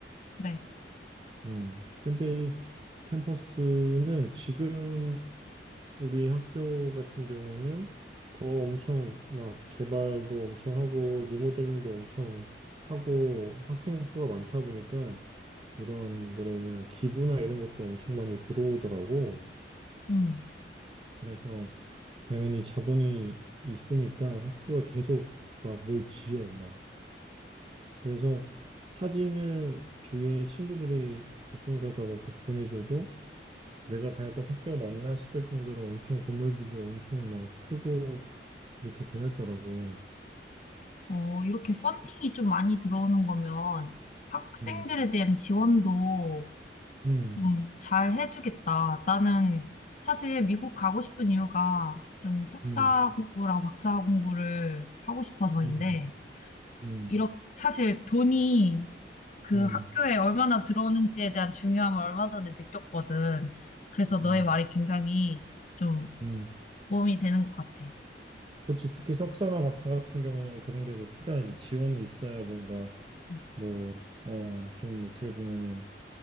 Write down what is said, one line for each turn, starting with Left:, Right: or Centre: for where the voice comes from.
Left: 그래.
Right: 음, 텐비 캠퍼스는 지금 우리 학교 같은 경우는 더 엄청 막 개발도 엄청 하고 리모델링도 엄청 하고 학생 수가 많다 보니까 이런 뭐래냐 기부나 이런 것도 엄청 많이 들어오더라고.
Left: 응,
Right: 그래서 당연히 자본이 있으니까 학교가 계속 막 뭘 지어 막. 그래서 사진을 주위에 친구들이 가끔 가다 막 보내줘도 내가 다녔던 학교가 맞나 싶을 정도로 엄청 건물들도 엄청 막 크고 이렇게 변했더라고.
Left: 어, 이렇게 펀딩이 좀 많이 들어오는 거면 학생들에
Right: 음,
Left: 대한 지원도
Right: 음,
Left: 좀 잘 해주겠다. 나는 사실 미국 가고 싶은 이유가 좀 석사
Right: 음,
Left: 공부랑 박사 공부를 하고 싶어서인데,
Right: 음, 음,
Left: 이렇게 사실 돈이 그
Right: 음,
Left: 학교에 얼마나 들어오는지에 대한 중요함을 얼마 전에 느꼈거든. 그래서 너의
Right: 음,
Left: 말이 굉장히 좀
Right: 음.
Left: 도움이 되는 것 같아.
Right: 그치. 특히 석사나 박사 같은 경우는 그런 게 더 필요하지. 지원이 있어야 뭔가
Left: 응.
Right: 뭐, 어, 좀 어떻게 보면은